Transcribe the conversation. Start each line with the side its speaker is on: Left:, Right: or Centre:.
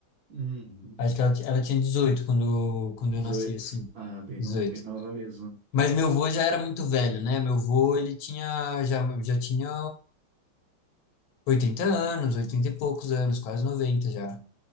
Right: Uhum.
Left: Acho que ela, ti- ela tinha 18 quando quando
Right: 18.
Left: eu nasci assim.
Right: Ah, bem,
Left: dezoito
Right: no, bem nova mesmo.
Left: Mas meu avô já era muito velho, né? Meu avô, ele tinha, já, já tinha oitenta anos, 80 e poucos anos, quase 90 já.